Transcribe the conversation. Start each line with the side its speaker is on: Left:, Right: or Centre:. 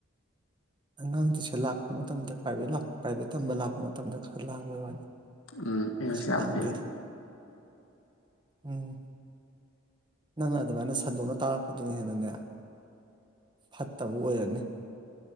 Right: ꯑꯉꯥꯡ ꯇꯌꯨꯁꯟ ꯂꯥꯛꯄ ꯃꯇꯝꯗ ꯄ꯭ꯔꯥꯏꯚꯦꯠ ꯂꯥꯛ ꯄ꯭ꯔꯥꯏꯚꯦꯠ ꯇꯝꯕ ꯂꯥꯛꯄ ꯃꯇꯝꯗ ꯈꯔ ꯂꯥꯡꯕꯩ ꯋꯥꯅꯤ
Left: ꯎꯝ ꯏꯪꯂꯤꯁ
Right: ꯀꯩꯁꯨ
Left: ꯌꯥꯝ
Right: ꯂꯥꯡꯗꯦꯗ
Left: ꯍꯩꯌꯦ
Right: ꯎꯝ ꯅꯪꯅ ꯑꯗꯨꯃꯥꯏꯅ ꯁꯟꯗꯣꯛꯅ ꯇꯥ ꯗꯨꯅ ꯍꯦꯟꯅꯅꯦ ꯐꯠꯇꯕ ꯑꯣꯏꯔꯅꯤ